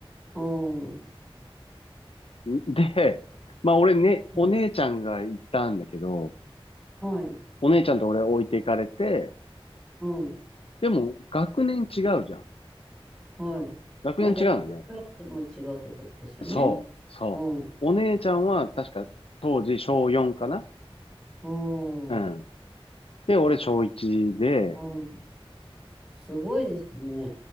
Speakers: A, in the centre; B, on the left.
A: うん。
B: で、まあ俺ね、
A: <laughs>
B: お姉ちゃんが行ったんだけど、
A: はい。
B: お姉ちゃんと俺置いていかれて、
A: うん。
B: でも学年違うじゃん。
A: はい。
B: 学年違うのね。
A: あ、じゃあ、クラスも違うってことですよね。
B: そう、そう。
A: うん。
B: お姉ちゃんは確か当時小4かな
A: うん。
B: うん。
A: う
B: で、俺小1で、
A: ん。すごいですね。